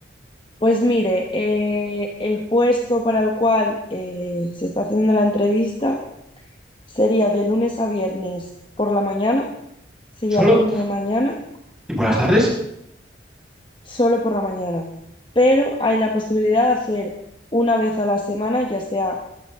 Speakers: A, on the left; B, in the centre.
A: Pues mire, eh, el puesto para el cual eh, se está haciendo la entrevista sería de lunes a viernes por la mañana, sería
B: solo.
A: turno de mañana,
B: ¿Y por las tardes?
A: solo por la mañana, pero hay la posibilidad de hacer una vez a la semana, ya sea